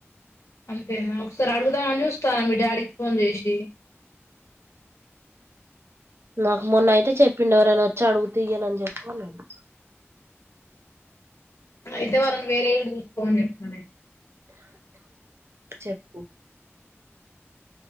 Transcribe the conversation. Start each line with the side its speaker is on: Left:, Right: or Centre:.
Left: అంతేనా ఒకసారి అడుగుదామని చూస్తానా మీ డాడీకి ఫోన్ చేసి
Right: నాకు మొన్న అయితే చెప్పిండ ఎవరనా వచ్చి అడుగితే ఈయనని చెప్పు అన్నాడు.
Left: అయితే వాళ్ళని వేరే ఏళ్ళు చూసుకోమని చెప్తాంది
Right: చెప్పు